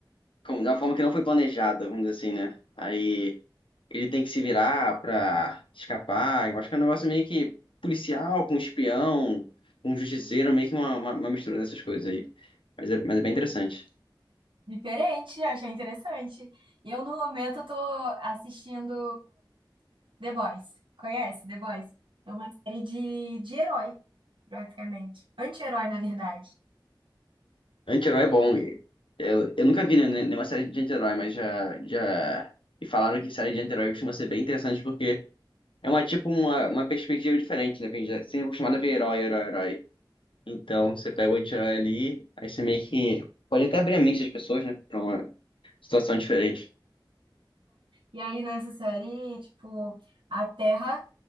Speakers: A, on the left; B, on the right.
A: como, da forma que não foi planejada, vamos dizer assim, né? Aí ele tem que se virar pra escapar. Eu acho que é um negócio meio que policial, com espião, com justiceiro, meio que uma, uma, uma mistura dessas coisas aí. Mas é, mas é bem interessante.
B: Diferente, achei interessante. E Eu, no momento, tô assistindo The Boys. Conhece The Boys? É uma série de, de herói, praticamente. Anti-herói, na verdade.
A: Anti-herói é bom. Eu, eu nunca vi né, né, nenhuma série de anti-herói, mas já, já me falaram que série de anti-herói costuma ser bem interessante porque é uma tipo uma, uma perspectiva diferente, né? Porque a gente já- Sempre é acostumado a ver herói, herói, herói. Então, você pega o anti ali, aí você meio que pode até abrir a mente das pessoas, né, pra uma situação diferente.
B: E aí, nessa série, tipo, a Terra